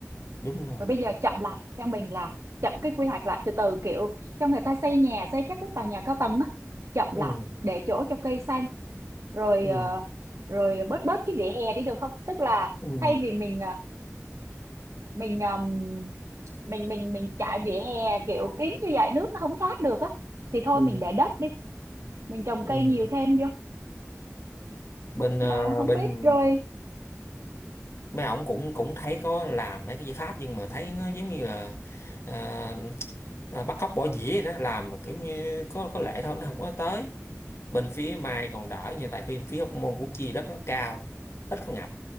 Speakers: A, on the left; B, on the right.
A: đúng rồi
B: rồi bây giờ chậm lại theo mình là chậm cái quy hoạch lại từ từ kiểu cho người ta xây nhà xây các cái tòa nhà cao tầng á chậm lại
A: ừ
B: để chỗ cho cây xanh rồi
A: ừ
B: ờ, rồi bớt bớt cái vỉa hè đi được không tức là
A: ừ
B: thay vì mình ờ, mình ờm, mình mình mình trải vỉa hè kiểu kín như vậy nước nó không thoát được á thì thôi
A: ừ
B: mình để đất đi mình trồng
A: ừ
B: cây nhiều thêm vô
A: bên ờ,
B: mà không
A: bên
B: biết rồi
A: mấy ổng cũng cũng thấy có làm mấy cái giải pháp nhưng mà thấy nó giống như là à, à, bắt cóc bỏ dĩa vậy đó làm mà kiểu như có có lệ thôi nó không có tới bên phía Mai còn đỡ nha tại phía phía hóc môn của chi đất nó cao ít có ngập